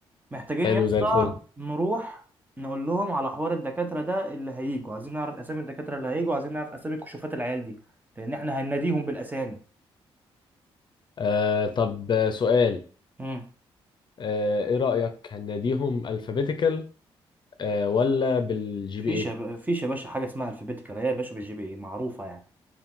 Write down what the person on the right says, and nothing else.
محتاجين
يا اسطى
نروح نقول لهم على حوار الدكاترة ده اللي هيجوا عايزين نعرف أسامي الدكاترة اللي هيجوا عايزين نعرف أسامي كشوفات العيال دي لأن احنا هنناديهم بالأسامي
امم
فيش
يا ب- فيش يا باشا حاجة اسمها الفابيتيكال هي يا باشا بالجي بي إيه معروفة يعني